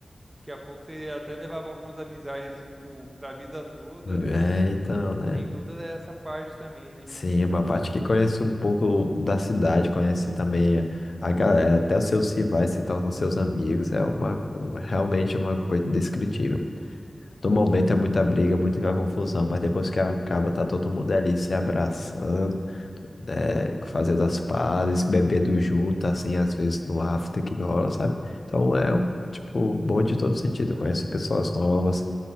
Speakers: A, on the right (about 25°); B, on the left (about 65°).
A: Daqui a pouco você até levava algumas amizades, assim, tipo, pra vida toda.
B: É, então, né?
A: Tem toda essa parte também, né?
B: Sim,
A: Tipo,
B: uma parte que conhece um pouco da cidade, conhece também a galera, até os seus rivais se tornam seus amigos, é uma, um- realmente uma coisa indescritível. No momento é muita briga, muita confusão, mas depois que acaba, tá todo mundo ali se abraçando, né, fazendo as pazes, bebendo junto, assim, às vezes no after que rola, sabe? Então é, tipo, bom de todo sentido, conhece pessoas novas,